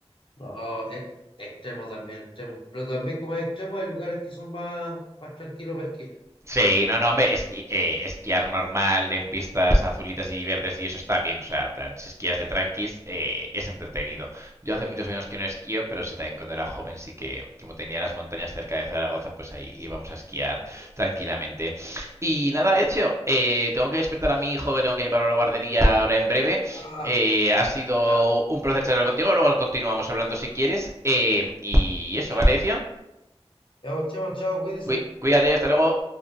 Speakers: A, on the left; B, on the right.
A: No, es extremo también, extremo. Pero también como hay extremos, hay lugares que son más, más tranquilos para esquiar.
B: Sí, no, no, hombre, esqui- eh, esquiar normal en pistas azulitas y verdes y eso está bien, o sea, en plan, si esquías de tranquis eh, es entretenido. Yo hace muchos años que no esquío, pero sí también cuando era joven sí que, como tenía las montañas cerca de Zaragoza, pues ahí íbamos a esquiar tranquilamente. Y nada, hecho, eh, tengo que despertar a mi hijo que tengo que llevarlo a la guardería ahora en breve.
A: Ah,
B: Eh, ha sido
A: ya,
B: un placer charlar contigo, luego continuamos hablando si quieres. eh, y eso,
A: ya.
B: ¿vale, Ezio?
A: Ya, pues, chamo, chao, cuídense.
B: Cuí- Cuídate, hasta luego.